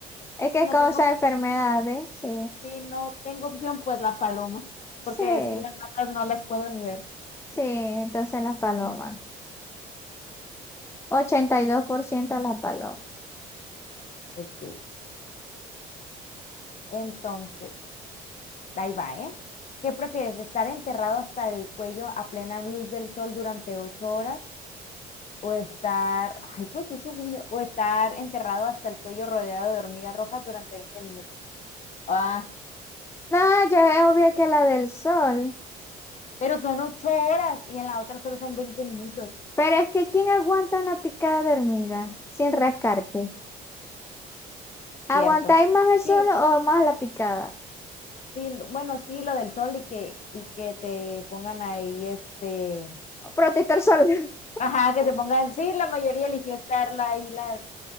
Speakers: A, on the left (about 15°); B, on the left (about 45°).
A: es que
B: si no
A: causa
B: tengo
A: enfermedades. Sí.
B: Si no tengo opción, pues la paloma,
A: Sí.
B: porque decirle ratas no las puedo ni ver.
A: Sí. Entonces las palomas. 82% las palomas.
B: Ok, entonces, ahí va, ¿eh? ¿Qué prefieres, estar enterrado hasta el cuello a plena luz del sol durante ocho horas o estar, ay, pues eso, obvio, o estar enterrado hasta el cuello rodeado de hormigas rojas durante 20 minutos? Ah,
A: No, yo es obvio que la del sol.
B: pero son ocho horas y en la otra solo son 20 minutos,
A: Pero es que ¿quién aguanta una picada de hormiga sin rascarte? ¿Aguantáis
B: ¿cierto?
A: más el sol
B: Sí,
A: o más la picada?
B: sí, bueno, sí, lo del sol y que, y que te pongan ahí este
A: Protector solar. <laughs>
B: Ajá, que te pongan, sí, la mayoría eligió estarla ahí las,